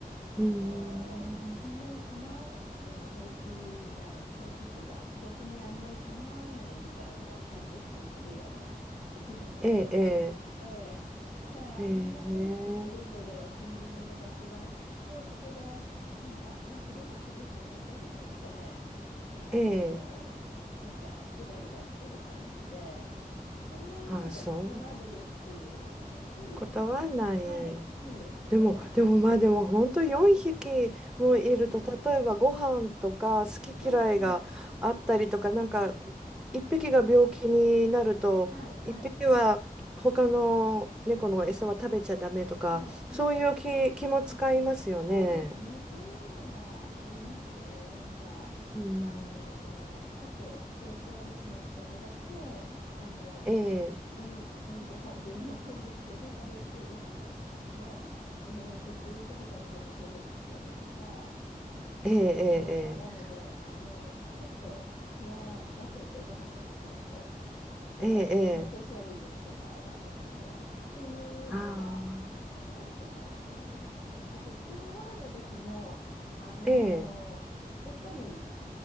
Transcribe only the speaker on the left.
あの、
そんなに構わなくても平気な、平気っていうか、逆にあんまり構わない時間を大切にするような生き物らしくって、
だからみんな4匹それぞれお気に入りの場所があって、
そこでなんか、まあ昼間って結構寝てるので、あの、
なんかグダグダしてる感じで、そんなになんかトラブルっていう感じでもな、
はい、そうですね。
はい、はい、
はい、はい、はい、はい。
あ、そうですね。そういうのはありますね。なんか、
あのーちょっと調子悪くなった子だけ、あの、
いい、いいご飯っていうのも変ですけど、食べやすいご飯をあげようとすると、他の子が取ろうとしたりとか、
なんか、なので、あの、ちょっと部屋分けてご飯の時だけとか、
まあ、調子悪い時とかはですね、っていうのは、
あの、あるかなと思いますね。あと、普通のご飯の時も、あのーやっぱり、